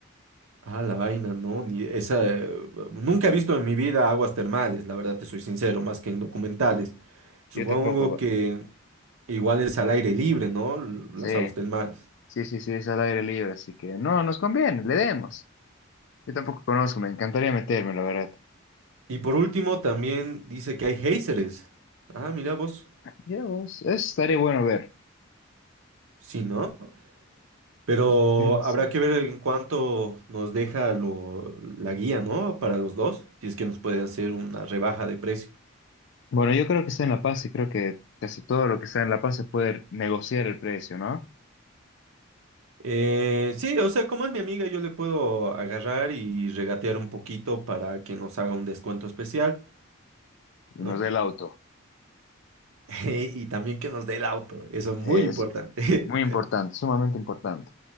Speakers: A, on the right; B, on the left.
A: Ah, la vaina, no, ni esa. eh, nunca he visto en mi vida aguas termales, la verdad te soy sincero, más que en documentales. Supongo
B: Yo tampoco. va-
A: que igual es al aire libre, ¿no? L-
B: Sí,
A: Las aguas termales.
B: sí, sí, sí, es al aire libre. Así que no, nos conviene, le demos. Yo tampoco conozco, me encantaría meterme, la verdad.
A: Y por último, también dice que hay géiseres. Ah, mira vos,
B: Ya vos, eso estaría bueno ver.
A: sí, ¿no? Pero
B: ¿Y qué decir?
A: habrá que ver en cuánto nos deja lo, la guía, ¿no? Para los dos, si es que nos puede hacer una rebaja de precio.
B: Bueno, yo creo que está en La Paz y creo que casi todo lo que está en La Paz se puede negociar el precio, ¿no?
A: Eh, sí, o sea, como es mi amiga, yo le puedo agarrar y regatear un poquito para que nos haga un descuento especial,
B: Y
A: ¿no?
B: nos dé el auto.
A: <laughs> Y también que nos dé el auto, eso es
B: Eso.
A: muy importante.
B: Muy importante, sumamente importante.